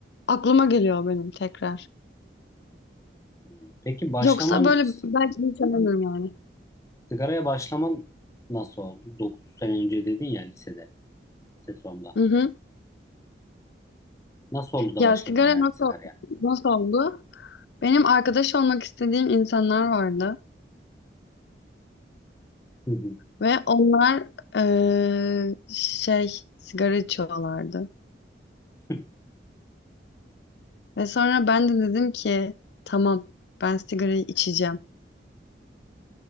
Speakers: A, on the left; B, on the left.
A: aklıma geliyor benim tekrar.
B: Hmm. Peki başlaman,
A: Yoksa böyle belki hiç alamıyorum yani.
B: sigaraya başlaman nasıl oldu? 9 sene önce dedin ya lisede, lise sonunda.
A: Hı hı.
B: Nasıl oldu da
A: Ya
B: başladın
A: sigara
B: yani
A: nasıl,
B: sigaraya?
A: nasıl oldu? Benim arkadaş olmak istediğim insanlar vardı.
B: Hı hı.
A: Ve onlar eee, şey sigara içiyorlardı.
B: <laughs>
A: Ve sonra ben de dedim ki tamam ben sigarayı içeceğim